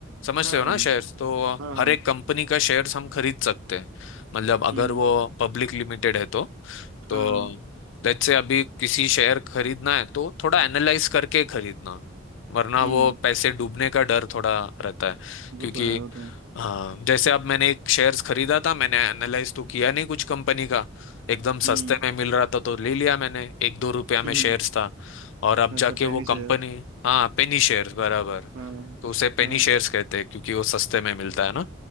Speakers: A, on the left; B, on the right.
A: समझते
B: हाँ
A: हो ना शेयर्स तो
B: हाँ
A: हर
B: हाँ
A: एक कंपनी का शेयर्स हम खरीद सकते हैं मतलब अगर
B: हम्म
A: वो पब्लिक लिमिटेड है तो तो
B: हाँ हाँ
A: लेट्स से अभी किसी शेयर खरीदना है तो थोड़ा एनालाइज करके खरीदना वरना
B: हम्म
A: वो पैसे डूबने का डर थोड़ा रहता है क्योंकि
B: वो तो है वो तो है
A: हाँ जैसे अब मैंने एक शेयर्स खरीदा था मैंने एनालाइज तो किया नहीं कुछ कंपनी का एकदम
B: हम्म
A: सस्ते में मिल रहा था तो ले लिया मैंने एक दो रुपया
B: <laughs>
A: में
B: हम्म,
A: शेयर्स था और अब
B: अच्छा
A: जाके
B: पेनी
A: वो कंपनी
B: शेयर
A: हाँ पेनी शेयर्स बराबर
B: हाँ
A: तो उसे पेनी
B: हाँ
A: शेयर्स कहते हैं क्योंकि वो सस्ते में मिलता है ना